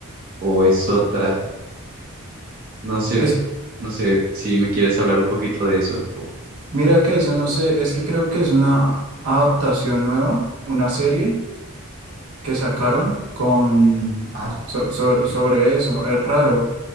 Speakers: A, on the right; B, on the right.
A: o es otra. No sé,
B: es,
A: no sé si me quieres hablar un poquito de eso. o-
B: mira que eso no sé, es que creo que es una adaptación nueva, una serie que sacaron con
A: Ah,
B: so- so-
A: ok.
B: sobre eso. Es raro,